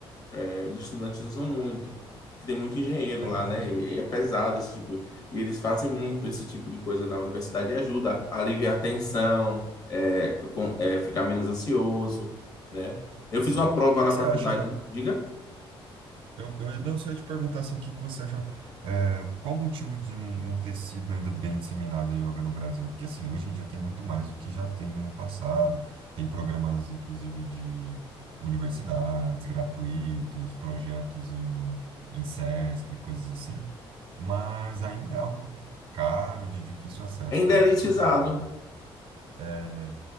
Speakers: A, on the left; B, on the right.
A: é, os estudantes usam muito, que tem muito engenheiro
B: É
A: lá,
B: mesmo.
A: né? E é pesado esse tipo. E eles fazem muito esse tipo de coisa na universidade e ajuda a aliviar a tensão, é, com- é, ficar menos ansioso, né? Eu fiz
B: Sim.
A: uma
B: O
A: prova
B: que
A: na
B: que
A: faculdade,
B: você acha?
A: diga,
B: Eu, eu não sei te perguntar assim, o que que você achou? é, qual o motivo de não, não ter sido ainda bem disseminada a yoga no Brasil? né? Porque assim, hoje em dia tem muito mais do que já teve no passado. Tem programas, inclusive, de universidades gratuitos, projetos em, em SESC, coisas assim. mas ainda é algo tipo, caro, de difícil acesso
A: ainda
B: para muitas
A: é elitizado.
B: pessoas, né? É, né?